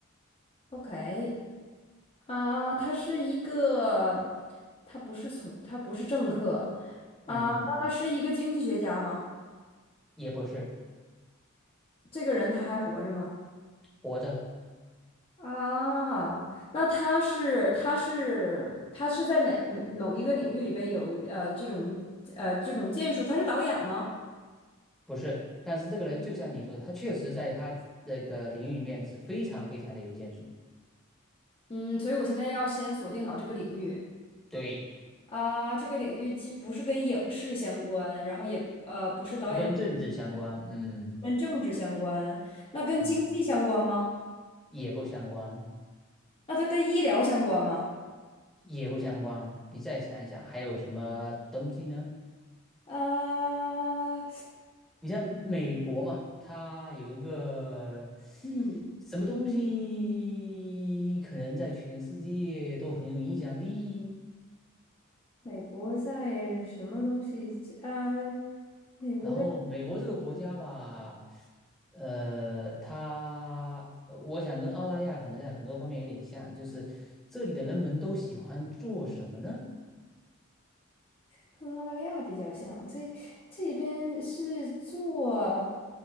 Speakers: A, on the left (about 25°); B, in the centre.
A: ？OK，啊，他是一个，他不是从，他不是政客，啊，
B: 嗯，
A: 那他是一个经济学家吗？
B: 也不是，
A: 这个人他还活着吗？
B: 活着
A: 啊，那他是他是他是在哪某某一个领域里边有呃这种呃这种建树？他是导演吗？
B: 不是，但是这个人就像你说的，他确实在他那个领域里面是非常非常的有建树，
A: 嗯，所以我现在要先锁定好这个领域
B: 对，
A: 啊，这个领域既不是跟影视相关，然后也呃不是导演，
B: 不跟政治相关，嗯
A: 跟政治相关，那跟经济相关吗？
B: 嗯，也不相关，
A: 那它跟医疗相关吗？
B: 也不相关，你再想一想还有什么东西呢？
A: 啊，
B: 你像美国嘛，它有一个
A: 嗯，
B: 什么东西，可能在全世界都很有影响力。
A: 美国在什么东西啊？美国的
B: 然后美国这个国家吧，呃，它呃我想跟澳大利亚可能在很多方面有点像，就是这里的人们都喜欢做什么呢？
A: 跟澳大利亚比较像，这这边是做